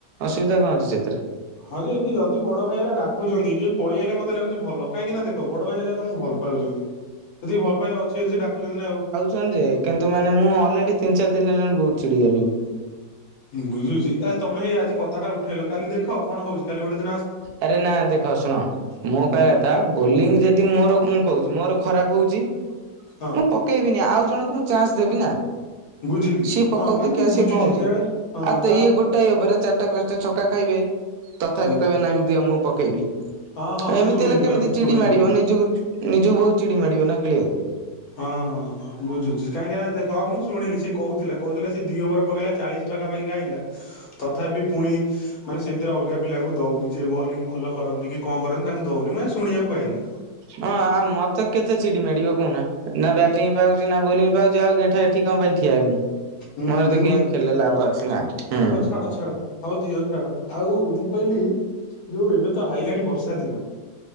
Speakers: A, on the right; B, on the left.
A: ଅସୁବିଧା କଁ ଅଛି ସେଥିରେ।
B: ହଁ କି ଏଠି ଯଦି ବଡ ଭାଇଗରା ଡାକୁଛନ୍ତି ଟିକେ ପଳେଇ ଆଇଲେ ମତେ ଲାଗୁଚି ଭଲ। କାଇଁକିନା ଦେଖ ବଡ ଭାଇଗରା ତମୁ ଭଲ୍ ପାଉଛନ୍ତି। ସେତିକି ଭଲ ପାଇବା ଅଛି ବେଲି ହେ ସେ ଡାକୁଚନ୍ତି ନା ଆଉ।
A: ଚନ୍ ଯେ କିନ୍ତୁ ମାନେ ମୁଁ ଅଲେଡି ତିନ୍ ଚାର୍ ଦିନ୍ ହେଲାଣି ବହୁତ୍ ଚିଡିଗଲିଣି।
B: ବୁଝୁଚି ଆ ତମେ ହେଇ ଆଜି କଥାଟା ଉଠେଇଲ। କାଲି ଦେଖ କଣ ହଉଚି? କାଲି ଗୋଟେ ଦିନ୍
A: ଆରେ ନା ଦେଖ ଶୁଣ ମୁଁ
B: ହୁଁ
A: କଇଆ କଥା। ବୋଲିଂ ଯଦି ମୋର ମୁଁ କଉଚି ମୋର ଖରାପ୍ ହଉଚି।
B: ହଁ।
A: ମୁଁ ପକେଇବିନି। ଆଉ ଜଣକୁ ମୁଁ ଚାଁଶ୍ ଦେବି ନା।
B: ବୁଝିଲି
A: ସିଏ ପକଉ
B: ହଁ ମାନେ
A: ଦେଖିଆ ସିଏ
B: ବୁଝୁଛି
A: କଣ ହଉଚି
B: ଯା ହଁ
A: ଆ ତ
B: ତାର
A: ଇଏ ଗୋଟାଏ ଓଭରରେ ଚାର ଟା ପାଞ୍ଚଟା ଛକା ଖାଇବେ ତଥାପି
B: ହଁ
A: କହିବେ ନାଇ ମ ଦିଅ ମୁଁ ପକେଇବି।
B: ହଁ ହଁ ମୁଁ
A: ଏମିତି
B: ଶୁଣିଲି
A: ହେଲେ କେମିତି
B: ବା ମୁଁ ଶୁଣିଲି
A: ଚିଡ଼ି ମାଡ଼ିବ ନିଜକୁ ନିଜକୁ ବହୁ ଚିଡ଼ି ମାଡ଼ିବ ନା ଖେଳିବାକୁ।
B: ହଁ ହଁ ହଁ ବୁଝୁଚି କାହିଁକି ନା ଦେଖ ମୁଁ ଶୁଣିଲି ସେ କହୁଥିଲା କହୁଥିଲା ସେ ଦି ଓଭର ପକେଇଲା ଚାଳିଶ୍ ପାଖାପାଖି ଖାଇଲା ତଥାପି ଫୁଣି। ମାନେ ସେଇଥିପାଇଁ ଅଲଗା ପିଲାଙ୍କୁ ଦଉନି ଯିଏ ବଲିଙ୍ଗ ଭଲ କରନ୍ତି କି କଣ କରନ୍ତି ତାଙ୍କୁ ଦଉନି ମୁଁ ଏ ଶୁଣିଆକୁ ପାଇଲି।
A: ନା ଆ ଆ ମତେ କେତେ ଚିଡ଼ି ମାଡ଼ିବ କହୁନା? ନା ବ୍ୟାଟିଙ୍ଗ ପାଉଚି ନା ବୋଲିଙ୍ଗ ପାଉଚି ଆଉ ଗେଣ୍ଠା ଏ ଏଠି କଣ ପାଇଁ ଠିଆ ହେମି?
B: ହୁଁ
A: ମୋର
B: ହୁଁ
A: ତ ଗେମ ଖେଳିଲେ ଲାଭ ଅଛି ନା ହୁଁ।
B: ଛାଡ଼ ଛାଡ଼। ହଉ ଦିଅ ଛାଡ଼ ଆଉ ମୁଁ କହିଲି ଯୋଉ ଏବେ ତ ଆଇଲାଣି ବର୍ଷା ଦିନ।